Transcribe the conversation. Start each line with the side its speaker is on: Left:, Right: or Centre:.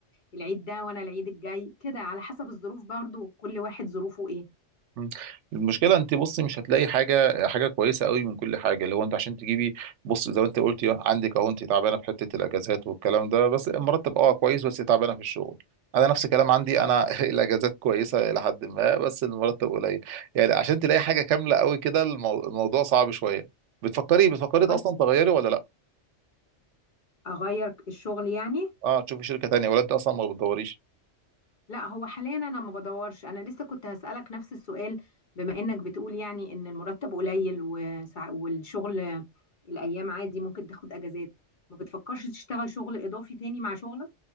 Left: العيد ده وانا العيد الجاي كده على حسب الظروف برضو كل واحد ظروفه ايه
Right: مم. المشكله انت بصي مش هتلاقي حاجه حاجه كويسه قوي من كل حاجه اللي هو انت عشان تجيبي بص زي ما انت قلتي عندك اهو انت تعبانه في حته الاجازات والكلام ده بس مرتب اه كويس بس تعبانه في الشغل انا نفس الكلام عندي انا <laughs> الاجازات كويسه الى حد ما بس المرتب قليل يعني عشان تلاقي حاجه كامله قوي كده المو- الموضوع صعب شويه بتفكري بتفكري
Left: طب
Right: اصلا
Left: أنا
Right: تغيري ولا لا
Left: اغير الشغل يعني
Right: اه تشوفي شركه تانية ولا انت اصلا ما بتدوريش
Left: لا هو حاليا انا ما بدورش انا لسه كنت هسألك نفس السؤال بما انك بتقول يعني ان المرتب قليل وسع- والشغل الايام عادي ممكن تاخد اجازات ما بتفكرش تشتغل شغل اضافي تاني مع شغلك